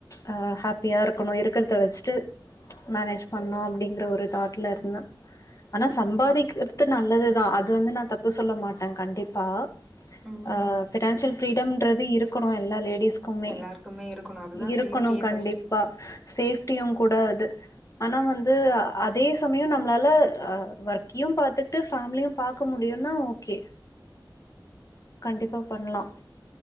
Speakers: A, on the left (about 45°); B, in the centre.
A: ஹ ஹேப்பியா இருக்கனு இருக்றத வச்சுட்டு மேனேஜ் பண்ணு அப்டிங்ற ஒரு தாட்ல இருந்தே ஆனா சம்பாதிக்கிறது நல்லதுதா அது வந்து நா தப்பு சொல்ல மாட்டே கண்டிப்பா
B: ம்
A: ஆ ஃபினான்சியல் ஃபீரிடம்ன்றது இருக்குனு எல்லா லேடிஸ்க் குமே
B: எல்லாருக்குமே இருக்கணு அதுதா
A: இருக்கனு
B: சேஃப்டியே
A: கண்டிப்பா
B: ஃபஸ்ட்டு
A: சேஃப்டியு கூட அது ஆனா வந்து அதே சமயோ நம்ளால ஆ அ ஒர்க்கையு பாத்துட்டு ஃபேமிலியு பாக்க முடியுனா ஓகே கண்டிப்பா பண்லா